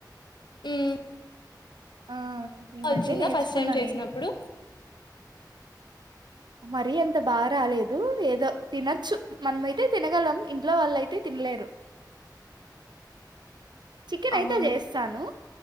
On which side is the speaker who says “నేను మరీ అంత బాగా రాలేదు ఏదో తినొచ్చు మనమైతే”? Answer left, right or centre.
Right